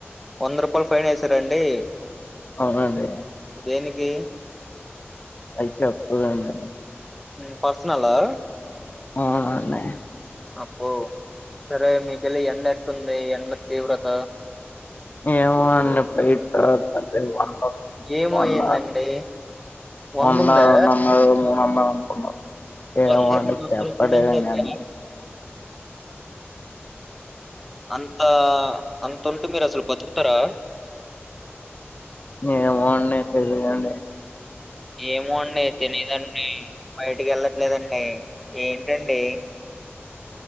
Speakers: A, in the centre; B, on the left (about 40°).
A: వంద రూపాలు ఫైన్ వేసారండి.
B: అహా అదే
A: దేనికి?
B: ఐతే అప్రూవ్ అయినయి.
A: ఉమ్ పర్సనలా?
B: ఆ అన్నయ
A: అబ్బో సరే, మీకెళ్లి ఎండ ఎట్టుంది? ఎండ తీవ్రత?
B: ఏమో అండి పోయింతర్వత తెల్ వంద,
A: ఏమో
B: రెండు
A: ఏందండి వంద
B: వందలు,
A: ఉందా
B: మూడు వందలు అనుకున్నా. ఏమో
A: వంద
B: అండి
A: రెండు వందలు
B: చెప్పలేదండి
A: మూడు వందలు ఉందా
B: ఎన్
A: అంత, అంతుంటే మీరసలు బతుకుతరా?
B: ఏమో అండి, తేలీదండి.
A: ఏమో అండి తెలీదండి, బయటికెల్లట్ లేదండి, ఏంటండి?